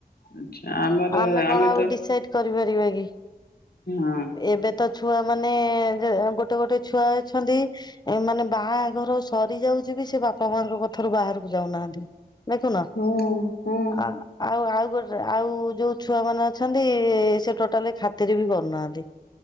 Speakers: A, on the left (about 65°); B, on the left (about 25°).
A: ଆଛା ଆମର
B: ଆମେ କଣ ଆଉ
A: ତ
B: ଡିସାଇଟ କରିପାରିବା କି?
A: ହଁ
B: ଏବେ ତ ଛୁଆ ମାନେ ଯେ ଗୋଟେ ଗୋଟେ ଛୁଆ ଅଛନ୍ତି, ଏ ମାନେ ବାହାଘର ସରିଯାଉଛି ବି ସେ ବାପା ମାଙ୍କ କଥାରୁ ବାହାରକୁ ଯାଉନାହାନ୍ତି। ଦେଖୁନ?
A: ହଁ ହଁ
B: ଆଉ ଆଉ ଗୋଟେ ଆଉ ଯୋଉ ଛୁଆ ମାନେ ଅଛନ୍ତି, ସେ ଟୋଟାଲି ଖାତିର ବି କରୁନାହାନ୍ତି।